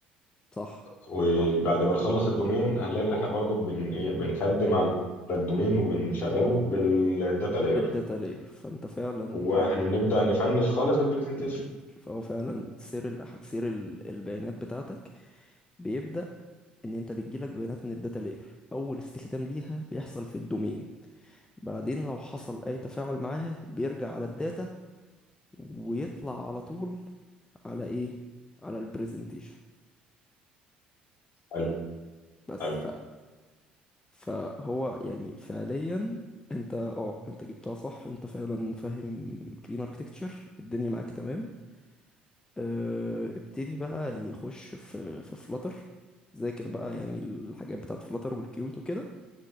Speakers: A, on the left; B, on the left.
A: صح
B: وبعد
A: صح
B: ما نخلص الدومين هنلاقي ان احنا برضو بن... إيه، بنخدم على الدومين وبنشغله بالداتا لاير
A: بالداتا لاير فانت فعلا
B: وهنبدأ
A: ال
B: نفنش خالص بالبرزنتيشن
A: البرزنتيشن فهو فعلا سير الأح... سير ال- البيانات بتاعتك بيبدأ ان انت بتجيلك بيانات من الداتا لاير اول استخدام ليها بيحصل في الدومين بعدين لو حصل اي تفاعل معاها بيرجع على الداتا ويطلع على طول على ايه على البرزنتيشن
B: حلو
A: بس
B: حلو
A: ف... فهو يعني فعليا انت اه انت جبتها صح انت فعلا فاهم كلين اركتكتشر الدنيا معاك تمام اه ابتدي بقى يعني خش في في فلاتر ذاكر بقى يعني الحاجات بتاعت فلاتر والكيوت وكده